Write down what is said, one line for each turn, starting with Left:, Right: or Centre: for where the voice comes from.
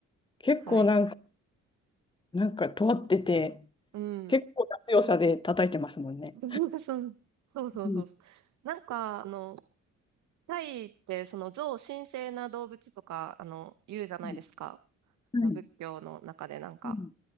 Left: 結構なんか
Right: はい。
Left: なんか尖ってて、
Right: うん。
Left: 結構な強さで叩いてますもんね。
Right: <laughs> そうそうそうそう。
Left: うん。
Right: なんか、あの、タイって、その象神聖な動物とか、あの、言うじゃないですか。
Left: うん
Right: あの、
Left: はい。
Right: 仏教の中でなんか。
Left: うん